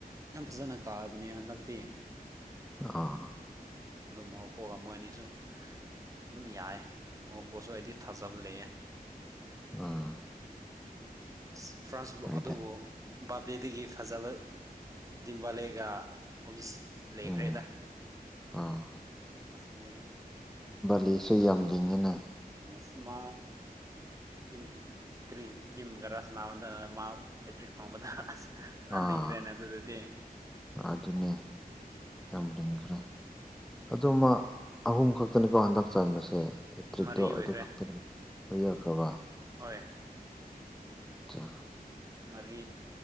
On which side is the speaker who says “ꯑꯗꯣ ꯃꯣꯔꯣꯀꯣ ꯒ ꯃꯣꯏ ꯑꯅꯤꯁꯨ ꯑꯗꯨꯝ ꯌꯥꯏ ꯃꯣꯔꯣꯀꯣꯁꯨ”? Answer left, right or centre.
Right